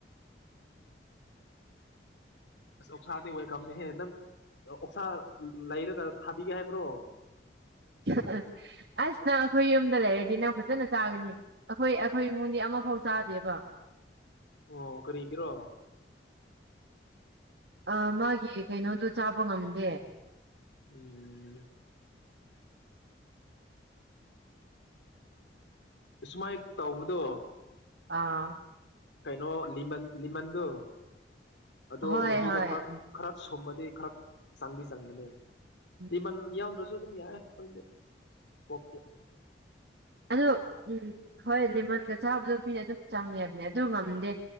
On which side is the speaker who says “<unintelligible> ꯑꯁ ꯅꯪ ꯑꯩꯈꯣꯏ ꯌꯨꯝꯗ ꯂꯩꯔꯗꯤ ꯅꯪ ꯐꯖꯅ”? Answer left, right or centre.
Right